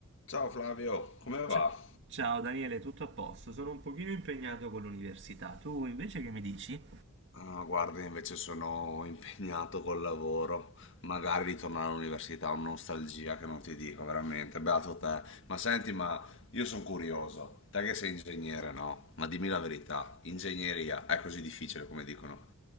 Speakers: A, on the left; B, on the right.
A: Ciao Flavio, come
B: Ci-
A: va?
B: Ciao Daniele, tutto a posto? Sono un pochino impegnato con l'università. Tu invece che mi dici?
A: Ah, guarda, invece sono impegnato col lavoro. Magari ritornare all'università è una nostalgia che non ti dico, veramente. Beato te. Ma senti, ma io sono curioso. Te che sei ingegnere, no? Ma dimmi la verità, ingegneria è così difficile come dicono?